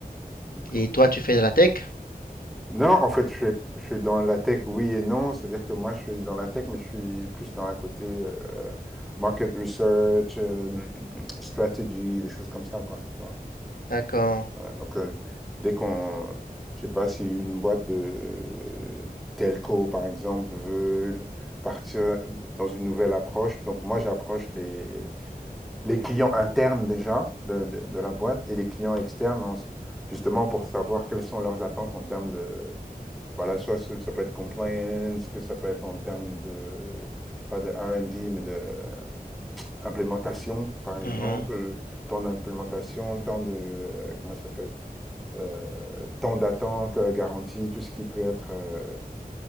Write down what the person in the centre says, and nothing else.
d'accord.
Non, en fait, je suis, je suis dans la tech, oui et non. C'est-à-dire que moi, je suis dans la tech, mais je suis plus dans la côté euh, market research, euh, strategy, des choses comme ça, quoi, tu vois.
Voilà, donc, heu, dès qu'on je sais pas si une boîte de telco, par exemple, veut partir dans une nouvelle approche, donc moi, j'approche les les clients internes déjà de de de la boîte et les clients externes en justement pour savoir quelles sont leurs attentes en termes de voilà, soit ce ça peut être compliance, que ça peut être en termes de pas de R&D, mais de implémentation, par exemple,
euh, temps d'implémentation, temps de, euh, comment ça s'appelle? euh, temps d'attente euh, garantie tout ce qui peut être, euh,